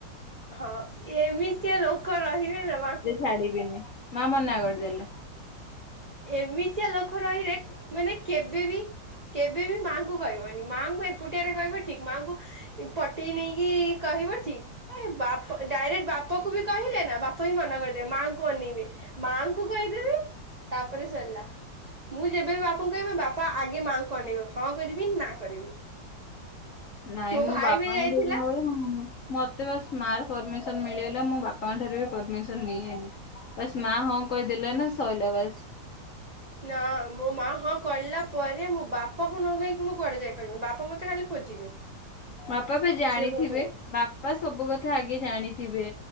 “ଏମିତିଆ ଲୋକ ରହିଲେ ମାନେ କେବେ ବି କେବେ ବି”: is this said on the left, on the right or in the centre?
Right